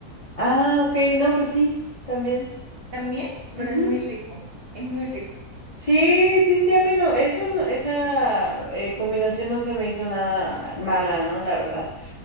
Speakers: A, on the left; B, on the right.
A: Ah, ok, no, pues sí, también.
B: también,
A: Ujú.
B: pero es muy rico, es muy rico.
A: Sí, sí, sí, a mí no, ese no- esa eh, combinación no se me hizo nada mala, ¿no? La verdad.